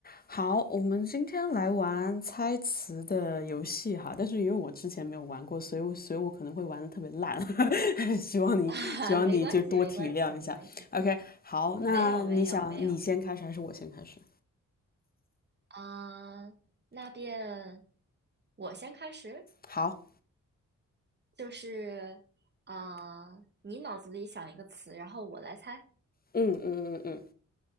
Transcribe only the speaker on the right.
<laughs> 啊，没关系，没关系，没关系，
没有，没有，没有啊。那便我先开始，
就是啊，你脑子里想一个词，然后我来猜。